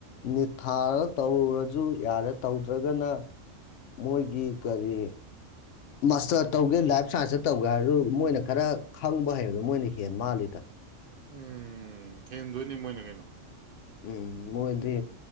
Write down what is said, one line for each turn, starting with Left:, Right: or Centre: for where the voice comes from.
Left: ꯅꯤꯠ ꯊꯥꯔ ꯇꯧꯔꯁꯨ ꯌꯥꯔꯦ ꯇꯧꯗ꯭ꯔꯒꯅ ꯃꯣꯏꯒꯤ ꯀꯔꯤ ꯃꯥꯁꯇꯔ ꯇꯧꯒꯦ ꯂꯥꯏꯐ ꯁꯥꯏꯟꯁꯇ ꯇꯧꯒꯦ ꯍꯥꯏꯔꯁꯨ ꯃꯣꯏꯅ ꯈꯔ ꯈꯪꯕ ꯍꯩꯕꯗ ꯃꯣꯏꯅ ꯍꯦ ꯃꯥꯜꯂꯤꯗ
Right: ꯎꯝ ꯍꯦꯟꯗꯣꯏꯅꯤ ꯃꯣꯏꯅ ꯀꯩꯅꯣ
Left: ꯎꯝ ꯃꯣꯏꯗꯤ